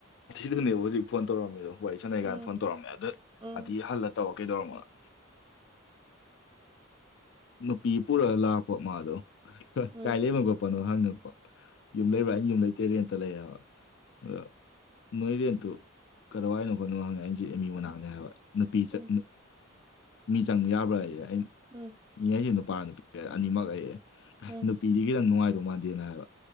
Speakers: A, on the left; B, on the right.
A: ꯗꯅꯦꯕ ꯍꯧꯖꯤꯛ ꯐꯣꯟ ꯇꯧꯔꯝꯃꯦꯗꯣ ꯋꯥꯔꯤ ꯁꯥꯟꯅꯩꯀꯥꯟꯗ
B: ꯎꯝ
A: ꯐꯣꯟ ꯇꯧꯔꯝꯃꯦ ꯑꯗ
B: ꯎꯝ
A: ꯑꯗꯨꯗꯤ ꯍꯜꯂ ꯇꯧ ꯀꯩꯗꯧꯔꯝꯃ <inaudible> ꯅꯨꯄꯤ ꯄꯨꯔꯒ ꯂꯥꯛꯄ ꯃꯥꯗꯣ
B: ꯎꯝ
A: ꯀꯥꯏ ꯂꯩꯕ ꯈꯣꯠꯄꯅꯣ ꯍꯪꯉꯛꯄ ꯌꯨꯝ ꯂꯩꯕ꯭ꯔꯥ
B: ꯑ
A: ꯑꯩ ꯌꯨꯝ ꯂꯩꯇꯦ ꯔꯦꯟꯇ ꯂꯩ ꯍꯥꯢꯕ ꯑꯗꯣ ꯅꯣꯏ ꯔꯦꯟꯠꯇꯨ ꯀꯗꯥꯋꯥꯏꯅꯣ ꯈꯣꯠꯅꯣ ꯍꯪꯉꯦ ꯑꯩꯁꯨ ꯑꯦꯝ ꯌꯨ ꯃꯅꯥꯛꯅꯦ ꯍꯥꯏꯕ ꯅꯨꯄꯤ ꯆꯠ
B: ꯎꯝ
A: ꯃꯤ ꯆꯪꯕ ꯌꯥꯕ꯭ꯔꯥꯌꯦ ꯑꯩꯅ
B: ꯎꯝ
A: ꯌꯥꯢꯌꯦ ꯅꯨꯄꯥ ꯅꯨꯄꯤ ꯑꯅꯤꯃꯛ ꯑꯩ
B: ꯎꯝ
A: ꯅꯨꯄꯤꯗꯤ ꯈꯤꯇꯪ ꯅꯨꯡꯉꯥꯏꯗꯧ ꯃꯥꯟꯗꯦꯅ ꯍꯥꯏꯕ